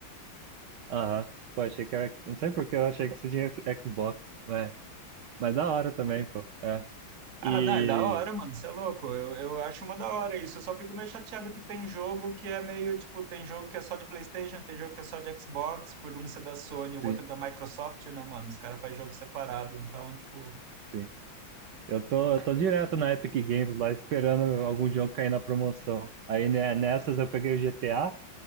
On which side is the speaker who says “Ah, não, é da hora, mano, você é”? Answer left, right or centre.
Right